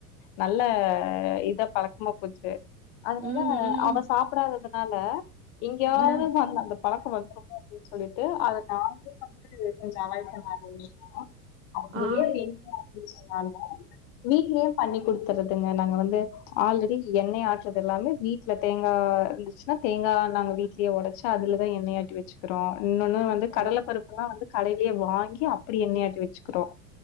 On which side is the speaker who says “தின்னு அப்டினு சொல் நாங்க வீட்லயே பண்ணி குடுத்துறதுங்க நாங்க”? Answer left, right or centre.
Left